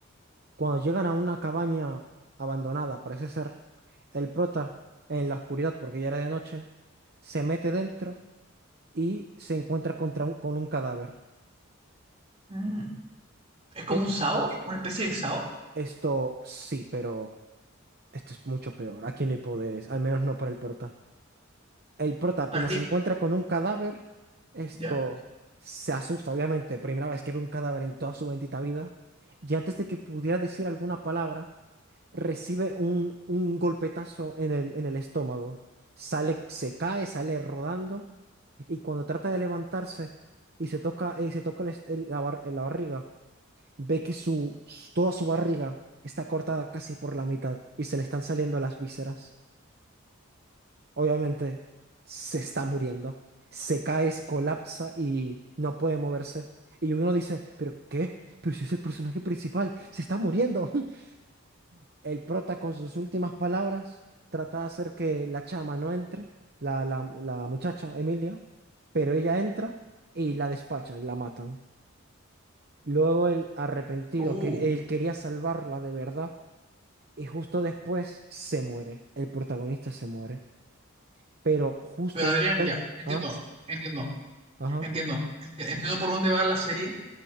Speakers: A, on the right; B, on the right.
A: cuando llegan a una cabaña abandonada, parece ser, el prota en la oscuridad, porque ya era de noche, se mete dentro y se encuentra contra un- con un cadáver.
B: Mm. ¿Es como
A: ¿Qué,
B: un SAO? ¿Una especie de SAO?
A: Esto sí, pero esto es mucho peor. Aquí no hay poderes, al menos no para el prota. El prota apenas
B: ¿Para ti?
A: se encuentra con un cadáver, esto
B: ¿Ya?
A: se asusta, obviamente. Primera vez que ve un cadáver en toda su bendita vida. Y antes de que pudiera decir alguna palabra, recibe un, un golpetazo en el, en el estómago. Sale, se cae, sale rodando. Y cuando trata de levantarse y se toca, y se toca el est- el- la bar- la barriga, ve que su, s- toda su barriga está cortada casi por la mitad y se le están saliendo las vísceras. Obviamente se está muriendo. Se cae, se colapsa y no puede moverse. Y uno dice, ¿pero qué? Pero si es el personaje principal, se está muriendo. <laughs> El prota con sus últimas palabras trata de hacer que la chama no entre, la, la, la muchacha, Emilia, pero ella entra y la despachan, la matan. Luego el arrepentido,
B: Uh.
A: que él quería salvarla de verdad, Y justo después se muere, el protagonista se muere, pero justo
B: Pero
A: un
B: Adrián,
A: instante-
B: ya. Entiendo.
A: ah,
B: Entiendo.
A: ajá,
B: Entiendo, Ent- entiendo por dónde va la serie,